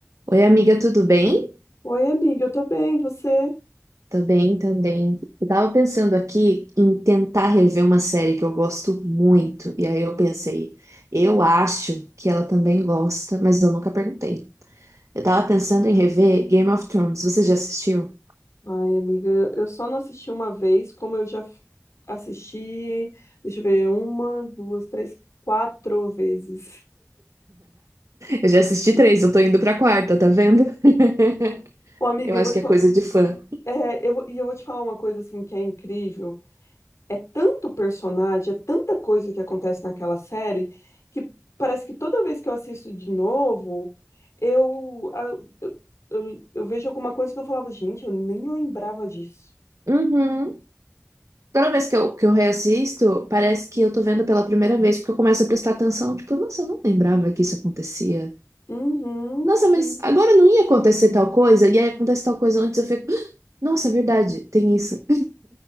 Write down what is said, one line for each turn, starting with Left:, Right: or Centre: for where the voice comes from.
Right: Oi, amiga, tudo bem?
Left: Oi, amiga, eu tô bem, você?
Right: Tô bem também. Eu tava pensando aqui em tentar rever uma série que eu gosto muito. E aí eu pensei, eu acho que ela também gosta, mas eu nunca perguntei. Eu tava pensando em rever Game of Thrones. Você já assistiu?
Left: Ai, amiga, eu eu só não assisti uma vez, como eu já f- assisti, deixa eu ver, uma, duas, três, quatro vezes.
Right: Eu já assisti
Left: <laughs>
Right: três, eu tô indo pra quarta, tá vendo? <laughs>
Left: Ô, amiga,
Right: Eu
Left: eu
Right: acho
Left: vou te
Right: que
Left: falar,
Right: é coisa de fã.
Left: é, eu vou, e eu vou te falar uma coisa assim que é incrível. É tanto personagem, é tanta coisa que acontece naquela série que parece que toda vez que eu assisto de novo, eu, a- eu, eu, eu vejo alguma coisa que eu falava, gente, eu nem lembrava disso.
Right: Uhum. Toda vez que eu, que eu reassisto, parece que eu tô vendo pela primeira vez, porque eu começo a prestar atenção. Tipo, nossa, eu não lembrava que isso acontecia.
Left: Uhum,
Right: nossa,
Left: sim.
Right: mas agora não ia acontecer tal coisa, e aí acontece tal coisa antes, eu fico, "Ah, nossa, é verdade, tem isso.